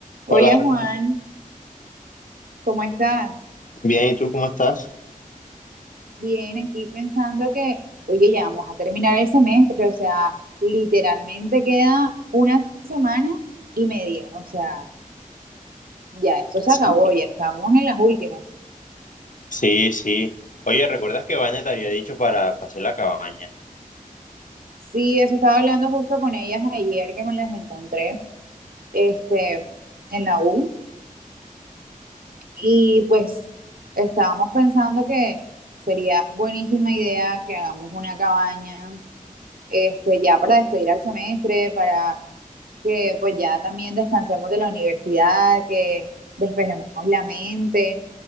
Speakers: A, on the right; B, on the left.
A: Hola
B: Hola, Dani.
A: Juan, ¿cómo estás?
B: bien, ¿y tú cómo estás?
A: Bien, aquí pensando que, oye, ya vamos a terminar el semestre, o sea, literalmente queda una semana y media, o sea, ya esto se
B: Sí,
A: acabó, ya estamos en las últimas.
B: sí. sí. Oye, ¿recuerdas que Vanet había dicho para, para hacer la cabaña?
A: Sí, eso estaba hablando justo con ellas ayer que me las encontré, este, en la U y pues estábamos pensando que sería buenísima idea que hagamos una cabaña, este, ya para despedir al semestre, para que pues ya también descansemos de la universidad, que despejemos la mente.